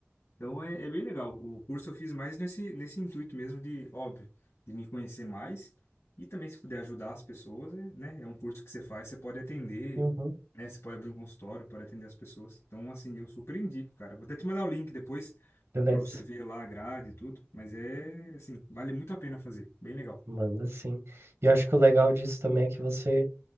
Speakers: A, on the left; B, on the right.
A: Então é, é bem legal. O curso eu fiz mais nesse, nesse intuito mesmo de, óbvio, de me conhecer mais e também se puder ajudar as pessoas, é, né? É um curso que você faz, você pode atender,
B: uhum.
A: né? Você pode abrir um consultório, pode atender as pessoas. Então, assim, eu super indico, cara. Vou até te mandar o link depois
B: Beleza.
A: para você ver lá a grade e tudo, mas é, assim, vale muito a pena fazer. Bem legal.
B: Manda sim. E eu acho que o legal disso também é que você